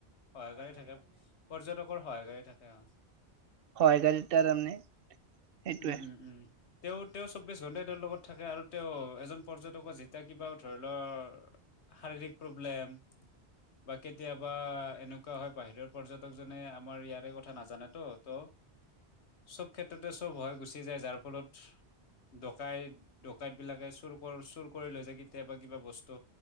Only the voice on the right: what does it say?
সহায়কাৰী তাৰ তাৰমানে সেইটোৱে